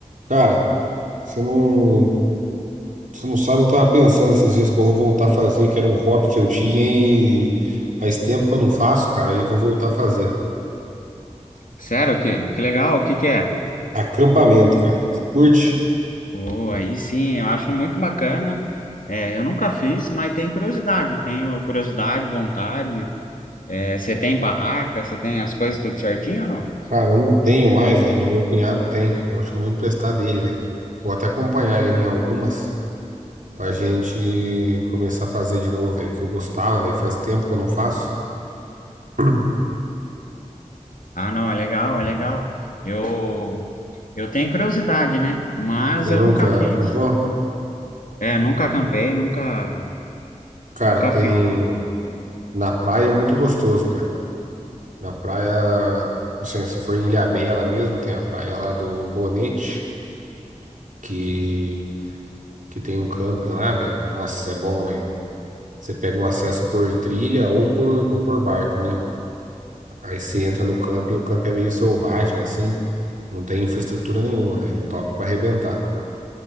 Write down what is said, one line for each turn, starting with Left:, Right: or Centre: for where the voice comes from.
Right: Cara, você não, você não sabe o que eu tava pensando esses dias que eu vou voltar a fazer, que era um hobby que eu tinha e faz tempo que eu não faço, cara, e vou voltar a fazer.
Left: Sério, que, que legal, o que que é?
Right: Acampamento, cara. Você curte?
Left: Oh, aí sim, eu acho muito bacana. É, eu nunca fiz, mas tenho curiosidade, tenho curiosidade, vontade. É, você tem barraca, você tem as coisas tudo certinho ou não?
Right: Cara, eu não tenho mais, velho, mas meu cunhado tem. Eu acho que eu vou emprestar dele, velho. Vou até acompanhar ele em algumas pra gente começar a fazer de novo, velho, que eu gostava, velho. Faz tempo que eu não faço. <clears throat>
Left: Ah, não, é legal, é legal. Eu, eu tenho curiosidade, né? Mas
Right: Você
Left: eu
Right: nunca
Left: nunca fiz.
Right: acampou?
Left: É, nunca acampei, nunca,
Right: Cara,
Left: nunca
Right: tem
Left: fiz.
Right: na praia é muito gostoso, cara. Na praia, assim, se for em Ilhabela mesmo, tem a praia lá do Bonete, que, que tem um camping lá, velho. Nossa, é bom, velho. Você pega um acesso por trilha ou por, ou por barco, né? Aí você entra no camping, o camping é meio selvagem, assim. Não tem infraestrutura nenhuma, velho. Top pra arrebentar.